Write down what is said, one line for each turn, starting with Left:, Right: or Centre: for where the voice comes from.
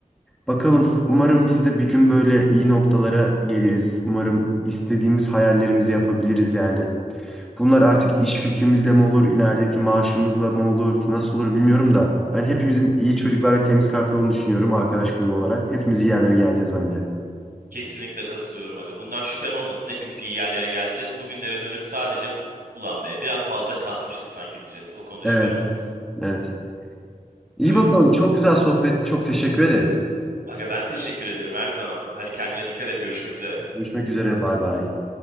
Centre: Bakalım. Umarım biz de bir gün böyle iyi noktalara geliriz. Umarım istediğimiz hayallerimizi yapabiliriz yani. Bunlar artık iş fikrimizle mi olur, ilerideki maaşımızla mı olur, nasıl olur bilmiyorum da. Ben hepimizin iyi çocuklar ve temiz kalpli olduğunu düşünüyorum arkadaş grubu olarak. Hepimiz iyi yerlere geleceğiz bence.
Right: Kesinlikle katılıyorum aga. Bundan şüphen olmasın. Hepimiz iyi yerlere geleceğiz. Bugünlere dönüp sadece ulan be biraz fazla kasmışız sanki diyeceğiz. O konuda
Centre: Evet,
Right: şüphen olmasın.
Centre: evet. İyi
Right: Öyle.
Centre: bakalım. Çok güzel sohbet. Çok teşekkür ederim.
Right: Aga ben teşekkür ederim her zaman. Hadi kendine dikkat et. Görüşmek üzere.
Centre: Görüşmek üzere. Bay bay.